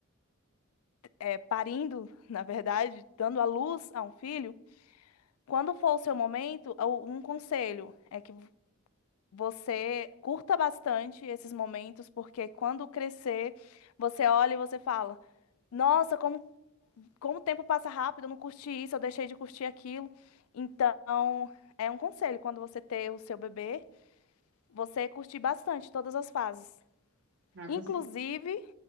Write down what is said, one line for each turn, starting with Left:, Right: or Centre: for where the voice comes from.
Left: eh, parindo, <laughs> na verdade, dando à luz a um filho, quando for o seu momento, o- um conselho é que você curta bastante esses momentos, porque quando crescer, você olha e você fala: Nossa, como, como o tempo passa rápido, eu não curti isso, eu deixei de curtir aquilo. Então, é um conselho quando você ter o seu bebê, você curtir bastante todas as fases.
Right: Ah,
Left: Inclusive,
Right: com certeza.